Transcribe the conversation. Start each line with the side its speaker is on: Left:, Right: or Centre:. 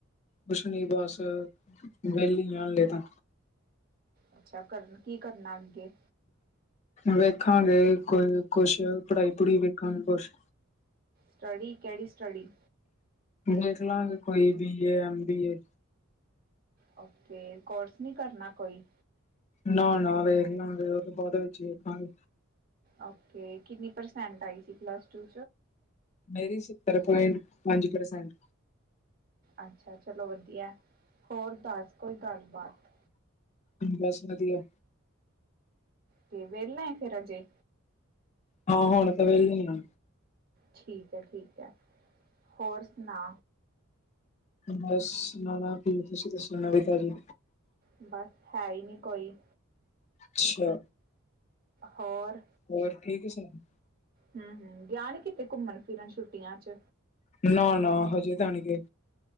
Left: ਕੁਛਨੀ ਬਸ ਵਿਹਲੀ ਜਾਣ ਲ ਤਾਂ।
Right: ਅੱਛਾ ਕਰਨ ਕੀ ਕਰਨਾ ਅੱਗੇ
Left: ਵੇਖਾਂਗੇ ਕੋਈ ਕੁਛ ਪੜ੍ਹਾਈ ਪੜੂ ਵੇਖਾਂਗੇ ਕੁਛ।
Right: ਸਟੱਡੀ ਕਿਹੜੀ ਸਟੱਡੀ।
Left: ਦੇਖ ਲਾਂਗੇ ਕੋਈ ਬੀਏ ਐਮ ਬੀਏ
Right: ਓ ਕੋਰਸ ਨਹੀਂ ਕਰਨਾ ਕੋਈ।
Left: ਨਾ ਨਾ ਵੇਖ ਨਾ ਵੇ ਉਹਦੇ ਬਾਅਦ ਵਿੱਚ ਵੇਖਣਾ।
Right: ਓਕੇ ਕਿੰਨੀ ਪਰਸੈਂਟ ਆਈ ਸੀ ਪਲੱਸ ਟੂ
Left: ਮੇਰੀ ਸੱਤਰ ਪੁਆਇੰਟ ਪੰਜ ਪ੍ਰਸੈਂਟ।
Right: ਅੱਛਾ ਚਲੋ ਵਧੀਆ ਹੋਰ ਦੱਸ ਕੋਈ ਗੱਲਬਾਤ।
Left: ਬਸ ਵਧੀਆ।
Right: ਤੇ ਵਹਲਾਾਂਏ ਫੇਿਰ ਅਜੇ
Left: ਹਾਂ ਹੁਣ ਤਾਂ ਵਿਹਲੇ ਆ।
Right: ਠੀਕ ਹੈ ਠੀਕ ਹੈ ਹੋਰ ਸੁਣਾ।
Left: ਬਸ ਸੁਣਾਣਾ ਤੁਸੀਂ ਦੱਸੋ ਨਵਿਤਾ ਜੀ।
Right: ਬਸ ਹੈ ਹੀ ਨਹੀ ਕੋਈ।
Left: ਅੱਛਾ,
Right: ਹੋਰ,
Left: ਹੋਰ ਠੀਕ ਸੁਣਾ
Right: ਹੂੰ ਹੂੰ, ਗਿਆ ਨੀ ਕਿਤੇ ਘੁੰਮਣ ਫਿਰਨ ਛੁੱਟੀਆਂ ਚ
Left: ਨਾ ਨਾ ਹਜੇ ਤਾਂ ਨੀ ਗਏ।